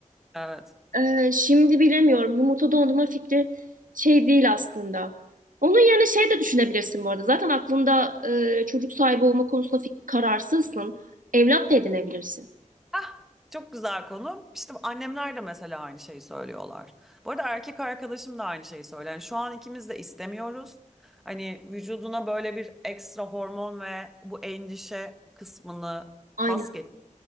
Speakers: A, in the centre; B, on the right (about 85°).
A: Evet.
B: Ee, şimdi bilemiyorum yumurta dondurma fikri şey değil aslında. Onun yerine şey de düşünebilirsin bu arada. Zaten aklında e, çocuk sahibi olma konusunda fik- kararsızsın. Evlat da edinebilirsin.
A: Ah, çok güzel konu. İşte annemler de mesela aynı şeyi söylüyorlar. Bu arada erkek arkadaşım da aynı şeyi söylüyor. Yani şu an ikimiz de istemiyoruz. Hani vücuduna böyle bir ekstra hormon ve bu endişe kısmını
B: Aynen.
A: pas geç.